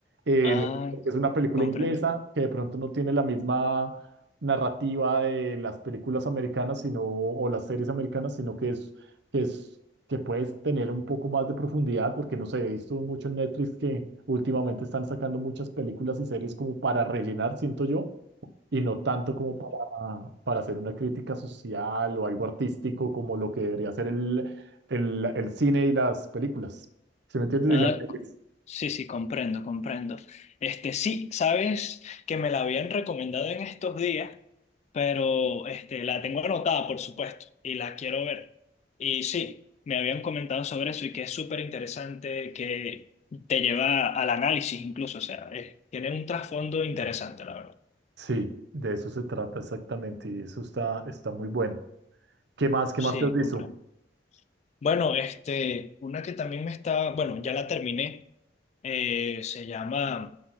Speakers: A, on the right; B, on the left.
A: Eh,
B: Ay,
A: es una película
B: comprendo.
A: inglesa que de pronto no tiene la misma narrativa de las películas americanas, sino, o las series americanas, sino que es, que es que puedes tener un poco más de profundidad, porque no sé, he visto mucho en Netflix que últimamente están sacando muchas películas y series como para rellenar, siento yo, y no tanto como para, para hacer una crítica social o algo artístico como lo que debería ser el, el, el cine y las películas. ¿Sí me entiendes?
B: Ah,
A: Y las series.
B: sí, sí, comprendo, comprendo. Este, sí, sabes que me la habían recomendado en estos días, pero este, la tengo anotada, por supuesto, y la quiero ver. Y sí, me habían comentado sobre eso y que es súper interesante, que te lleva al análisis incluso, o sea, eh, tiene un trasfondo interesante, la verdad.
A: Sí, de eso se trata exactamente y eso está, está muy bueno. ¿Qué más? ¿Qué
B: Sí,
A: más te has visto?
B: comprendo. Bueno, este, una que también me está, bueno, ya la terminé. Eh, se llama